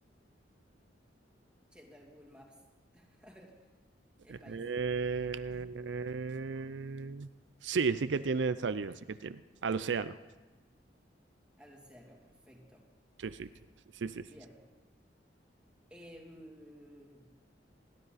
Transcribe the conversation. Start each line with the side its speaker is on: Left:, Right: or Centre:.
Centre: al Google Maps, <laughs> a ver, el
Right: Eh,
Centre: país, <laughs>
Right: Sí, sí que tiene salida, sí que tiene. Al océano.
Centre: al océano, perfecto,
Right: Sí, sí, sí, sí, sí,
Centre: bien.
Right: sí.
Centre: Em,